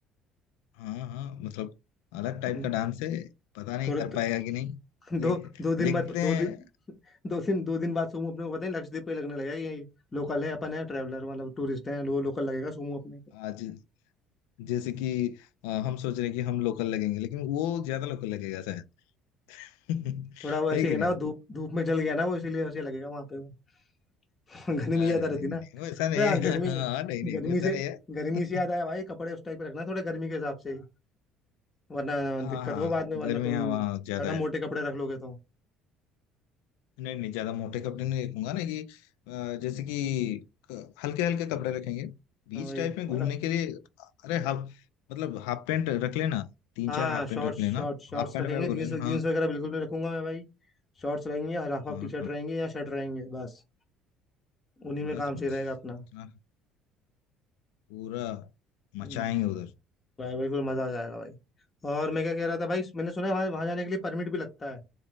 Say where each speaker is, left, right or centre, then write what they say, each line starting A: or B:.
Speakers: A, on the left; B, on the left.
A: हाँ हाँ मतलब अलग टाइप
B: हम्म,
A: का डांस है पता नहीं
B: थोड़े
A: कर
B: तो,
A: पाएगा कि नहीं देख
B: दो दो दिन
A: देखते
B: बाद
A: हैं
B: दो दिन दो दिन दो दिन बाद सोमू अपने को पता नहीं लक्षद्वीप पे लगने लगेगा कि ये लोकल है अपन है ट्रैवलर मतलब टूरिस्ट है वो लोकल लगेगा सोमू अपने को
A: आज जैसे कि अ, हम सोच रहे हैं कि हम लोकल लगेंगे लेकिन वो ज्यादा लोकल लगेगा शायद <laughs>
B: थोड़ा वो
A: है
B: ऐसे
A: कि
B: ही है
A: नहीं
B: ना वो धूप धूप में जल गया ना वो इसीलिए वैसे लगेगा वहां पे वो <laughs> गर्मी
A: अरे
B: ज्यादा रहती
A: नहीं नहीं
B: ना
A: नहीं वैसा नहीं
B: अबे हाँ गर्मी
A: है <laughs> हाँ नहीं नहीं
B: गर्मी
A: वैसा
B: से
A: नहीं है
B: गर्मी से याद
A: <laughs>
B: आया भाई कपड़े उस टाइप के रखना थोड़ा गर्मी के हिसाब से ही वरना
A: हाँ
B: दिक्कत
A: हाँ
B: हो बाद में वरना
A: गर्मियाँ
B: तुम
A: वहाँ
B: ज्यादा
A: ज्यादा
B: मोटे
A: है
B: कपड़े रख लोगे तो
A: नहीं नहीं ज्यादा मोटे कपड़े नहीं रखूंगा ना कि अ, जैसे कि हल्के हल्के कपड़े रखेंगे बीच
B: हाँ भाई
A: टाइप में घूमने
B: मतलब
A: के लिए अरे हाफ मतलब हाफ पैंट रख लेना तीन
B: हाँ
A: चार हाफ
B: शॉर्ट्स
A: पैंट रख लेना
B: शॉर्ट्स शॉर्ट्स
A: हाफ पैंट
B: रखेंगे
A: में बोले
B: जीन्स
A: ना
B: जीन्स
A: हाँ
B: वगैरह बिल्कुल नहीं रखूंगा मैं भाई शॉर्ट्स रहेंगे या हाफ
A: हाँ
B: हाफ टी शर्ट
A: हाँ
B: रहेंगे या शर्ट रहेंगे बस उन्हीं में
A: बस
B: काम
A: बस
B: सही रहेगा अपना
A: इतना पूरा मचाएंगे
B: हम्म,
A: उधर
B: भाई भाई बिल्कुल मजा आ जाएगा भाई और मैं क्या कह रहा था भाई मैंने सुना है वहाँ वहाँ जाने के लिए परमिट भी लगता है